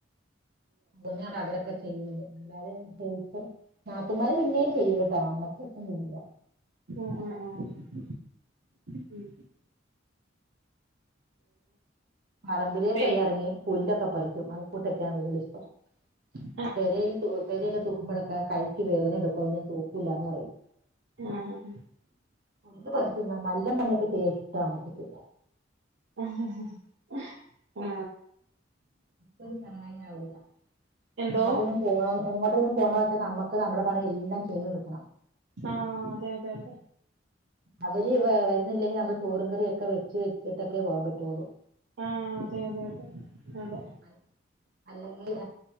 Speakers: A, on the right; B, on the right.
A: ന്നാണ് അവരൊക്കെ ചെയ്യുന്നത് അല്ലാതെ ഹ നാപ്പമാര് പിന്നെയും ചെയ്യും കേട്ടോ അമ്മയ്ക്ക് ില്ല
B: ഉഹ ഉ ഉ ഉം
A: പറമ്പിലേക്കൊക്കെ
B: പെയ്
A: ഇറങ്ങി പുല്ലൊക്കെ പറിക്കും അത്ക്കൂട്ടൊക്കെയാണ് കൂടുതൽിഷ്ടം
B: ഉ
A: പെര പെരയൊക്കെ തൂക്കുമ്പോഴൊക്കെ കൈക്ക് വേദന എടുക്കും തൂക്കൂല്ലന്ന് പറയും
B: ആഹ ആഹ
A: ഒന്ന് പറച്ചു മാ നല്ല മണിയൊക്കെ ചെയ്യ ഇഷ്ടാ മറ്റേക്ക്
B: ആ ആഹ
A: പസയവില്ല
B: എന്തോ
A: എങ്ങോട്ടെങ്കനും പോണ എങ്ങോട്ടെങ്കനും പോണ വെച്ചാ നമ്മുക്ക് നമ്മുടെ പണി എല്ലാം ചെയ്തു കൊടുക്കണം
B: ആ അതെ അതെ അതെ
A: അവര്
B: അതെ
A: വരുന്നില്ലെങ്കിൽ നമ്മള് ചോറും കറിയ ഒക്കെ വെച്ച വെച്ചിട്ടൊക്കെ പോകാൻ പറ്റുള്ളൂ
B: ആഹ് അതെ അതെ അതെ അതെ
A: അ അല്ലെങ്കിൽ